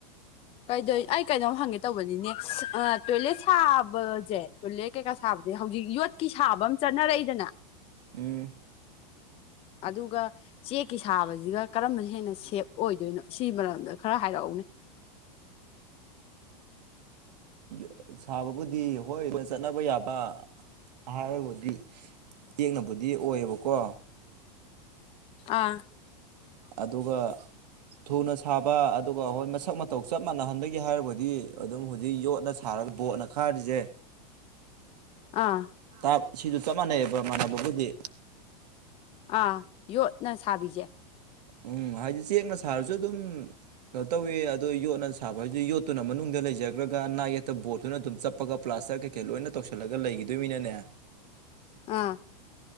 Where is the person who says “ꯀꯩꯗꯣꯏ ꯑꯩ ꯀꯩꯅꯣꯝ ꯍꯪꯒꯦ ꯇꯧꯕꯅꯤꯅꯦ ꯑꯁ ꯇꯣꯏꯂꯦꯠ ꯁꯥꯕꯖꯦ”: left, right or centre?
Left